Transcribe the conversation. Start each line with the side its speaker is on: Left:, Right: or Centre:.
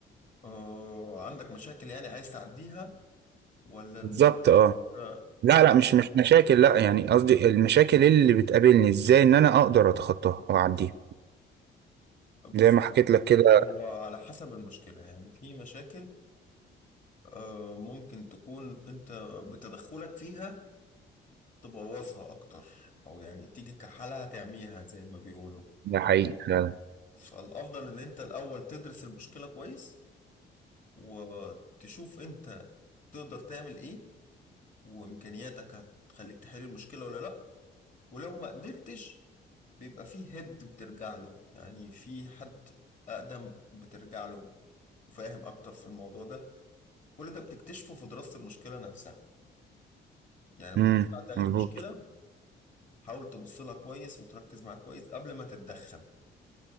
Left: آه، عندك مشاكل يعني عايز تعديها ولا الفكرة
Right: بالظبط اه لا لا مش مش مشاكل لا يعني قصدي المشاكل اللي بتقابلني ازاي ان انا اقدر اتخطاها واعديها
Left: بص
Right: زي ما حكيت لك كده
Left: هو على حسب المشكلة يعني في مشاكل آه، ممكن تكون انت بتدخلك فيها تبوظها اكتر او يعني تيجي كحالها تعميها زي ما بيقولوا
Right: ده حقيقي فعلا
Left: فالافضل ان انت الاول تدرس المشكلة كويس وتشوف انت تقدر تعمل ايه وامكانياتك هتخليك تحل المشكلة ولا لا ولو ما قدرتش بيبقى فيه هيد بترجع له يعني في حد أقدم بترجع له وفاهم أكتر في الموضوع ده كل ده بتكتشفه في دراسة المشكلة نفسها يعني لما
Right: امم
Left: تيجي تعدي عليك
Right: مظبوط
Left: مشكلة حاول تبص لها كويس وتركز معاها كويس قبل ما تتدخل